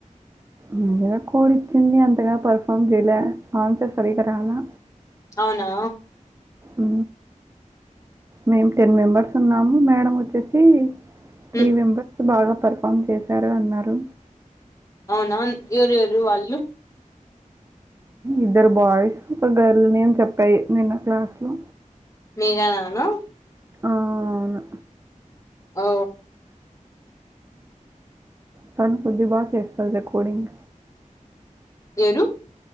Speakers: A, on the right; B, on the left.
A: ముందర కోడ్ ఇచ్చింది అంతగా పర్ఫార్మ్ చేయలా ఆన్సర్ సరిగా రాలా
B: అవునా
A: ఉ మేము టెన్ మెంబెర్స్ ఉన్నాము మేడం వచ్చేసి త్రీ
B: ఉమ్
A: మెంబెర్స్ బాగా పర్ఫె ఫమ్ చేశారు అన్నారు
B: అవునా ఎవరు ఎవరు అల్లు
A: ఇద్దరు బాయ్స్ ఒక గర్ల్ నేం చెప్పాయి నిన్న క్లాస్ లో
B: మేఘననా
A: అ ఆమె
B: ఓ
A: తను కొద్ది బాగా చేస్తారు రికార్ర్డింగ్
B: ఏడు